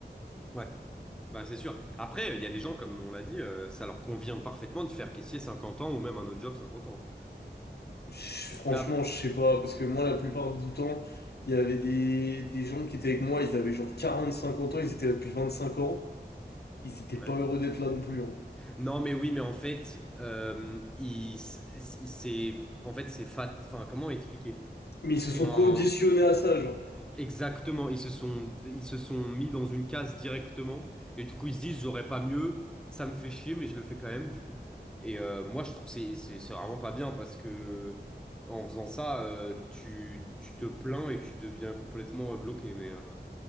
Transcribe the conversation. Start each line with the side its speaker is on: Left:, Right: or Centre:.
Centre: Ouais. Bah c'est sûr. Après, il y a des gens, comme on l'a dit, euh, ça leur convient parfaitement de faire caissier 50 ans ou même un autre job 50 ans.
Left: Je- Franchement,
Centre: Mais ap-
Left: je sais pas, parce que moi, la plupart du temps, il y avait des, des gens qui étaient avec moi, ils avaient genre 40, 50 ans, ils étaient là depuis 25 ans, ils étaient
Centre: ouais.
Left: pas heureux d'être là non plus, hein.
Centre: Non, mais oui, mais en fait, euh, il- c'est en fait c'est fat. Enfin, comment expliquer?
Left: Mais
Centre: C'est
Left: ils se sont
Centre: un
Left: conditionnés à ça, genre.
Centre: Exactement, ils se sont, ils se sont mis dans une case directement et du coup ils se disent j'aurais pas mieux, ça me fait chier mais je le fais quand même du coup. Et euh, moi je trouve que c'est c'est c'est vraiment pas bien parce que en faisant ça euh, tu, tu te plains et tu deviens complètement euh, bloqué mais euh,